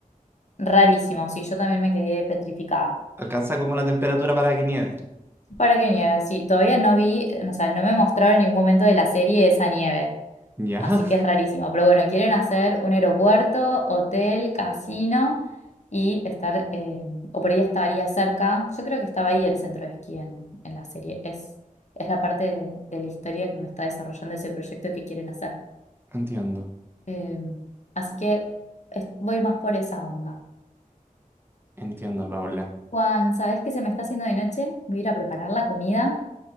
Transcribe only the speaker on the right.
Alcanza como la temperatura para que nieve,
¿ya?
<laughs>
Entiendo,
entiendo, Paula.